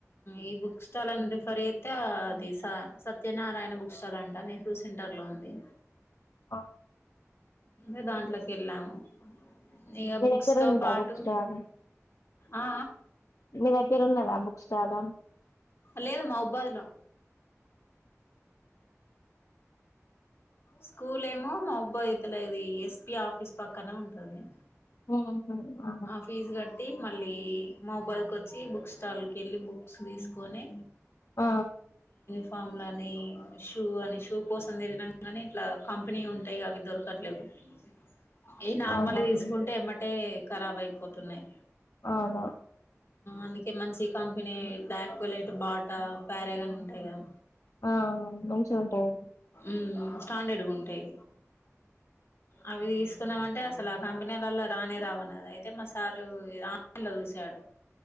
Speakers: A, on the left (about 50°); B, on the left (about 75°).
A: ఈ బుక్ స్టాల్ అని రిఫర్ అయిస్తతే అది సత్యనారాయణ బుక్ స్టాల్ అంట నెహ్రూ సెంటర్ లో ఉంది
B: ఆ
A: అ దాంట్లోకి వెళ్ళాము ఇక
B: మీ
A: బుక్స్
B: దగ్గర
A: తో
B: ఉందా
A: పాటు
B: బుక్ స్టాల్
A: ఆ
B: మీ దగ్గర ఉన్నదా బుక్ స్టాల్
A: లేదమ్మా ఒబ్బాదిల స్కూల్ ఏమో మా ఉబ్బో ఇతల ఇది ఎస్పి ఆఫీస్ పక్కనే ఉంటుంది
B: ఓహో ఆ
A: ఫీజు కట్టి మళ్ళీ మొబైల్ క వచ్చి బుక్ స్టాల్ క వెళ్ళి బుక్స్ తీసుకొని
B: ఆ
A: ఫామ్లని షూ అని షూ కోసం తిరిగిన కానీ ఇట్లా కంపెనీ ఉంటాయి అవి దొరకట్లేవు దూ పాస్ ఏ నార్మల్
B: అవునవును
A: తీసుకుంటే ఏమంటే ఖరాబ్ అయిపోతున్నాయి
B: అవును
A: అందుకే మంచి కంపెనీ బ్యాక్ వెళ్ళట్ బాటా ప్యారేగాని ఉంటాయి క
B: ఆ మంచిగా ఉంటాయండి
A: మ్ స్టాండర్డ్గా ఉంటాయి అవి తీసుకున్నామ అంటే అసలు ఆ కంపెనీలలో రానే రావన్నారు ద అయితే మా సారు ఇ ఆన్లైన్ లో చూశాడు